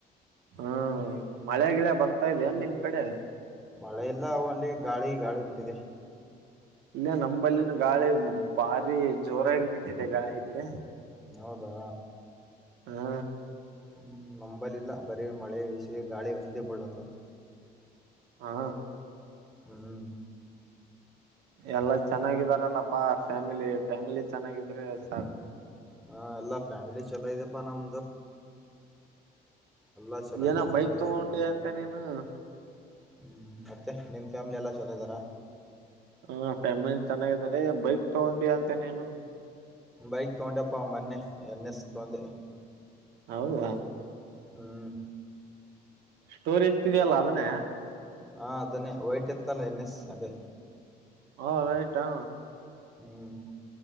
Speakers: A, on the right (about 85°); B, in the centre.
A: ಹ್ಮ ಮಳೆಗಿಳೆ ಬರ್ತಾ ಇದಿಯೆನ್ ನಿಮ್ ಕಡೆ
B: ಮಳೆ ಎಲ್ಲ ಒನ್ಲಿ ಗಾಳಿ ಗಾಳಿ ಬಿಟ್ಟಿದೆ
A: ಇಲ್ಲೇ ನಂಬಲ್ಲಿನು ಗಾಳಿ ಬಾರಿ ಜೋರಾಗಿ ಬಿಟ್ಟಿದೆ ಗಾಳಿ ಇಲ್ಲಿ.
B: ಹೌದಾ
A: ಹಾ
B: ಹ ನಂಬಲಿಲ್ಲ ಬರೀ ಮಳೆ ಇಸಿ ಗಾಳಿ ಒಂದೇ ಬೀಳತ್ತಾವ್
A: ಹಾ
B: ಹ್ಮ್
A: ಎಲ್ಲಾ ಚೆನ್ನಾಗಿದಾರಲ್ಲಪ್ಪಾ ಫ್ಯಾಮಿಲಿ ಫ್ಯಾಮಿಲಿ ಚೆನ್ನಾಗಿದ್ರೆ ಸಾಕು.
B: ಹಾ ಎಲ್ಲಾ ಫ್ಯಾಮಿಲಿ ಚಲೋ ಇದೇಪ್ಪಾ ನಮ್ದು ಎಲ್ಲ ಚಲೋ
A: ಏನ
B: ಇದ್ದ
A: ಬೈತ್
B: ಚೆನ್ನಾಗಿದ್ದಾರೆ
A: ತಗೊಂಡಿ
B: ನೋಡ
A: ಅಂತೆ ನೀನು
B: ಹ್ಮ್ ಮತ್ತೆ ನಿಮ್ ಫ್ಯಾಮಿಲಿ ಎಲ್ಲಾ ಚಲೋ ಇದಾರ
A: ಹ ಫ್ಯಾಮಿಲಿ ಚೆನ್ನಾಗಿದ್ದಾರೆ ಬೈಕ್ ತಗೊಂಡಿ ಅಂತೆ ನೀನು
B: ಬೈಕ್ ತಗೊಂಡೆಪ್ಪ ಮೊನ್ನೆ ಎನ್ ಎಸ್ ತೋಂದೆ
A: ಹೌದಾ
B: ಹ್ಮ್
A: ಸ್ಟೋರಿ ಇಕ್ತಿದ್ಯಲ್ಲ ಅದುನ್ನೇ
B: ಹ ಅದನ್ನೇ ವೈಟ್ ಇತ್ತಲ್ಲ ಎನ್ ಏಸ್ ಅದೇ
A: ಹಾ ರೈಟ್ ಹಾ
B: ಹ್ಮ್